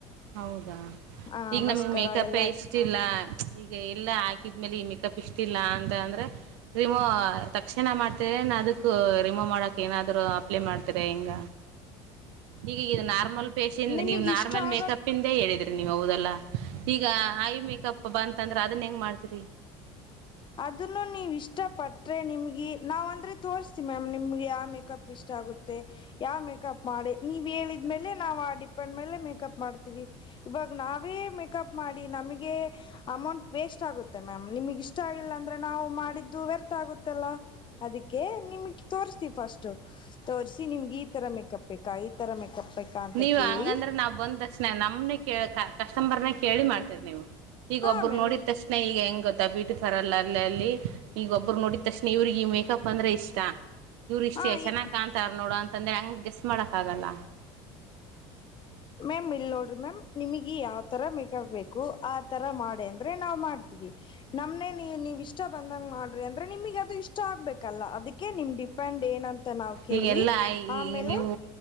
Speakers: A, on the right (about 75°); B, on the left (about 35°).
A: ಹೌದಾ
B: ಆ
A: ಈಗ
B: ಮಸ್ಕರ
A: ನಮ್ಗೆ ಮೇಕಪ್ೇ
B: ಎಲ್ಲ ಹಾಕಿ
A: ಇಷ್ಟ ಇಲ್ಲ ಈಗ ಎಲ್ಲ ಆದ್ಮೇಲೆ ಈ ಮೇಕಪ್ ಇಕ್ತಿಲ್ಲ ಅಂತ ಅಂದ್ರೆ ರಿಮೋ ತಕ್ಷಣ ಮಾಡ್ತರ ನ ಅದಕ್ಕ ರಿಮೋವ್ ಮಾಡಕ್ ಏನಾದ್ರು ಅಪ್ಲೈ ಮಾಡ್ತರ ಹಿಂಗ ಈಗೀಗ ನಾರ್ಮಲ್ ಫೇಶಿಯಲ್
B: ನಿಮಗೆ
A: ನೀವು ನಾರ್ಮಲ್
B: ಇಷ್ಟ ಆಗೋ
A: ಮೇಕಪ್ ಕ ಹೇಳಿದ್ರಿ ನೀವ ಹೌದಲ್ಲಾ ಈಗ ಐ ಮೇಕಪ್ ಬಂತ ಅಂದ್ರೆ ಅದನ್ನ ಹೆಂಗ್ ಮಾಡ್ತರಿ
B: ಅದನ್ನು ನೀವು ಇಷ್ಟಪಟ್ಟರೆ ನಿಮಗೆ ನಾವವು ಅಂದ್ರೆ ತೋರಿಸತಿವಿ ಮ್ಯಾಮ್ ನಿಮ್ಗೆ ಯಾವ ಮೇಕಪ್ ಇಷ್ಟ ಆಗುತ್ತೆ ಯಾವ ಮೇಕಪ್ ಮಾಡಿ ನೀವ್ ಹೇಳಿದ ಲೆ ನಾವವು ಆ ಡಿಪೆಂಡ್ ಮೇಲೆ ಮೇಕಪ್ ಮಾಡ್ತೀವಿ ಇವಾಗ ನಾವೇ ಮೇಕಪ್ ಮಾಡಿ ನಮಗೆ ಅಮೌಂಟ್ ವೇಸ್ಟ್ ಆಗುತ್ತೆ ಮ್ಯಾಮ್ ನಿಮಗ ಇಷ್ಟ ಆಗಿಲ್ಲ ಅಂದ್ರೆ ನಾವು ಮಾಡಿದ್ದು ವ್ಯರ್ಥ ಆಗುತ್ತೆಲ್ಲ ಅದಕ್ಕೆ ನಿಮಗೆ ತೋರ್ಸ್ತೀವಿ ಫಸ್ಟ್ ತೋಸಿ ನಿಮ್ಗೆ ಈ ತರ ಮೇಕಪ್ ಬೇಕಾ ಈ ತರ ಮೇಕಪ್ ಬೇಕಾ ಅಂತ
A: ನೀವು
B: ಕೇಳಿ
A: ಹಂಗಂದ್ರೆ ನಾವ್ ಬಂದ ತಕ್ಷಣ ನಮ್ನೆ ಕೇಳ ಕಸ್ಟಮರ್ನ ಕೇಳಿ ಮಾಡ್ತೀರಿ ನೀವು ಈಗ
B: ಹಾಂ
A: ಒಬ್ರು
B: ಮ್ಯಾಮ್
A: ನೋಡಿದ
B: ನಿಮ್ಮ
A: ತಕ್ಷಣೆ ಈಗ ಹೆಂಗತ್ತ ಬ್ಯೂಟಿಫಾರ್ರ್ ಅಲ್ಲಲ್ಲಿ ಈಗ ಒಬ್ಬರು ನೋಡಿದ ತಕ್ಷಣ ಇವ್ರಿಗೆ ಈ ಮೇಕಪ್ ಅಂದ್ರೆ ಇಷ್ಟ ಇವ್ರು ಇಷ್ಟೇ
B: ಹಾಂ
A: ಚೆನ್ನಾಗಿ
B: ಈ
A: ಕಾಣತಾರ ನೋಡು ಅಂತಂದ್ರೆ ಹಂಗ ಗೆಸ್ಟ್ ಮಾಡಕ್ ಆಗಲ್ಲ
B: ಮ್ಯಾಮ್ ಇಲ್ಲಿ ನೋಡ್ರರಿ ಮ್ಯಾಮ್ ನಿಮಗೆ ಯಾವ್ಥರ ಮೆ ಬೇಕು ಆತರ ಮಾಡಿ ಅಂದ್ರೆ ನಾವ್ ಮಾಡ್ತೀವಿ ನಮ್ನೆ ನೀ ನೀವ್ ಇಷ್ಟ ಬಂದಂಗ ಮಾಡ್ರಿ ಅಂದ್ರೆ ನಿಮಗ್ ಅದು ಇಷ್ಟ ಆಗ್ಬೇಕಲ್ಲ ಅದಕ್ಕೆ ನಿಮ್ ಡಿಪೆಂಡ್ ಏನಂತ ನಾವ್ ಕೇಳಿ
A: ಈಗೆಲ್ಲಾ
B: ಆಮೇಲೆ
A: ಈ ನೀವು